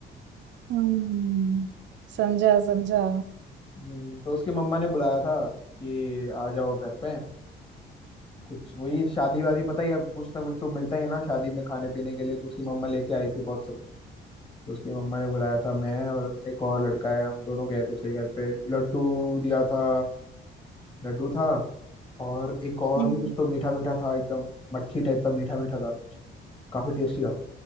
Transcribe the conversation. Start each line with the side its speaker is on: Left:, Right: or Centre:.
Right: हम्म समझा समझा
Left: हम्म, तो उसकी मम्मा ने बुलाया था कि आ जाओ घर पे कुछ वही शादी वादी पता ही है, अब कुछ ना कुछ तो मिलता ही है ना शादी में खाने पीने के लिए तो उसकी मम्मा लेके आई थी बहुत तो उसकी मम्मा ने बुलाया था मैं और एक और लड़का है हम दोनों गए थे उसके घर पे लड्डू दिया था लड्डू था और एक और
Right: हम्म
Left: भी कुछ तो मीठा मीठा था एकदम मट्ठी टाइप का मीठा मीठा था कुछ काफी टेस्टी था